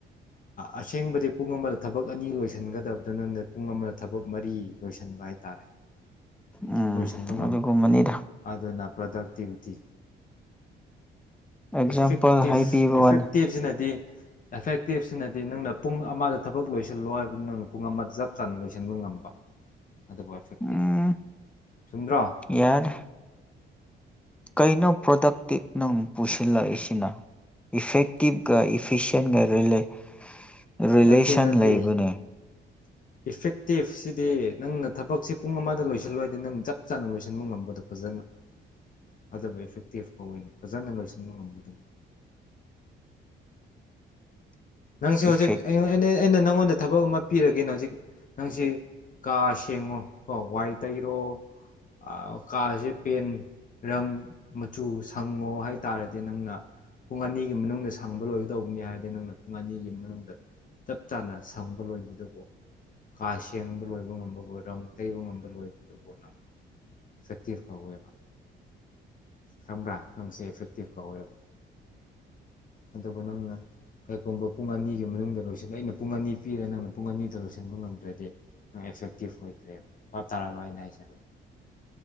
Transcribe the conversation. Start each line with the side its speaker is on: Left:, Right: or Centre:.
Left: ꯑꯁꯦꯡꯕꯗꯤ ꯄꯨꯡ ꯑꯃꯗ ꯊꯕꯛ ꯑꯅꯤ ꯂꯣꯏꯁꯤꯟꯒꯗꯕꯗ ꯅꯪꯅ ꯄꯨꯡ ꯑꯃꯗ ꯊꯕꯛ ꯃꯔꯤ ꯂꯣꯏꯁꯤꯟꯕ ꯍꯥꯏꯇꯥꯔꯦ
Centre: ꯎꯝ
Left: ꯂꯣꯏꯁꯤꯟꯕ ꯉꯝꯕ
Centre: ꯑꯗꯨꯒꯨꯝꯕꯅꯤꯗ
Left: ꯑꯗꯨꯅ ꯄ꯭ꯔꯗꯛꯇꯤꯚꯤꯇꯤ
Centre: ꯑꯦꯛꯖꯥꯝꯄꯜ
Left: ꯏꯐꯤꯛꯇꯤꯞ
Centre: ꯍꯥꯏꯕꯤꯕ
Left: ꯑꯦꯐꯦꯛꯇꯤꯞꯁꯤꯅꯗꯤ
Centre: ꯋꯥꯅꯤ
Left: ꯑꯦꯐꯦꯛꯇꯤꯞꯁꯤꯅꯗꯤ ꯅꯪꯅ ꯄꯨꯡ ꯑꯃꯗ ꯊꯕꯛ ꯂꯣꯏꯁꯤꯜꯂꯣ ꯍꯥꯏꯕꯗ ꯅꯪꯅ ꯄꯨꯡ ꯑꯃꯗ ꯆꯞ ꯆꯅ ꯂꯣꯏꯁꯤꯟꯕ ꯉꯝꯕ ꯑꯗꯨꯕꯨ ꯑꯦꯐꯦꯛꯇꯤꯞ
Centre: ꯎꯝ
Left: ꯆꯨꯝꯗ꯭ꯔꯣ
Centre: ꯌꯥꯔꯦ ꯀꯩꯅꯣ ꯄ꯭ꯔꯗꯛꯇꯤꯞ ꯅꯪ ꯄꯨꯁꯤꯜꯂꯛꯏꯁꯤꯅ ꯏꯐꯦꯛꯇꯤꯚꯒ ꯏꯐꯤꯁꯦꯟꯒ ꯂꯦ ꯂꯦ ꯔꯤꯂꯦꯁꯟ
Left: ꯅꯠꯇꯦ ꯅꯠꯇꯦ
Centre: ꯂꯩꯕꯅꯦ
Left: ꯏꯐꯦꯛꯇꯤꯞꯁꯤꯗꯤ ꯅꯪꯅ ꯊꯕꯛꯁꯤ ꯄꯨꯡ ꯑꯃꯗ ꯂꯣꯏꯁꯤꯜꯂꯣꯏ ꯍꯥꯏꯗꯤ ꯅꯪ ꯆꯞ ꯆꯥꯅ ꯂꯣꯏꯁꯤꯟꯕ ꯉꯝꯕꯗꯣ ꯐꯖꯅ ꯐꯖꯕ ꯏꯐꯦꯛꯇꯤꯞ ꯀꯧꯋꯦ ꯐꯖꯅ ꯂꯣꯏꯁꯤꯟꯕ ꯉꯝꯕꯗꯨ ꯅꯪꯁꯤ ꯍꯧꯖꯤꯛ
Centre: ꯏꯐꯦꯛ
Left: ꯑꯩꯅ ꯑꯩꯅ ꯑꯩꯅ ꯅꯪꯉꯣꯟꯗ ꯊꯕꯛ ꯑꯃ ꯄꯤꯔꯒꯦꯅ ꯍꯧꯖꯤꯛ ꯅꯪꯁꯤ ꯀꯥ ꯁꯦꯡꯉꯣ ꯀꯣ ꯋꯥꯏ ꯇꯩꯔꯣ ꯑꯥ ꯀꯥꯁꯦ ꯄꯦꯟ ꯔꯪ ꯃꯆꯨ ꯁꯪꯉꯣ ꯍꯥꯏꯇꯥꯔꯗꯤ ꯅꯪꯅ ꯄꯨꯡ ꯑꯅꯤꯒꯤ ꯃꯅꯨꯡꯗ ꯁꯪꯕ ꯂꯣꯏꯒꯗꯧꯕꯅꯤ ꯍꯥꯏꯔꯗꯤ ꯅꯪꯅ ꯑꯅꯤꯒꯤ ꯃꯅꯨꯡꯗ ꯆꯞ ꯆꯥꯅ ꯁꯪꯕ ꯂꯣꯏꯕꯗꯨꯕꯨ ꯀꯥ ꯁꯦꯡꯕ ꯂꯣꯏꯕ ꯉꯝꯕꯕꯨ ꯔꯪ ꯇꯩꯕ ꯉꯝꯕ ꯂꯣꯏꯕꯗꯨꯕꯨ ꯅꯪ ꯏꯐꯦꯛꯇꯤꯞ ꯀꯧꯋꯦꯕ ꯈꯪꯕ꯭ꯔꯥ ꯅꯪꯁꯦ ꯏꯐꯦꯛꯇꯤꯞ ꯀꯧꯋꯦꯕ ꯑꯗꯨꯒ ꯅꯪꯅ ꯀꯔꯤꯒꯨꯝꯕ ꯄꯨꯡ ꯑꯅꯤꯒꯤ ꯃꯅꯨꯡꯗ ꯂꯣꯏꯁꯤꯜꯂ ꯑꯩꯅ ꯄꯨꯡ ꯑꯅꯤ ꯄꯤꯔꯦ ꯅꯪꯅ ꯄꯨꯡ ꯑꯅꯤꯗ ꯂꯣꯏꯁꯤꯟꯕ ꯉꯝꯗ꯭ꯔꯗꯤ ꯑꯦꯐꯦꯛꯇꯤꯞ ꯑꯣꯏꯗ꯭ꯔꯦꯕ ꯚꯥꯞ ꯇꯥꯔꯕ ꯑꯩꯅ ꯍꯥꯏꯁꯦ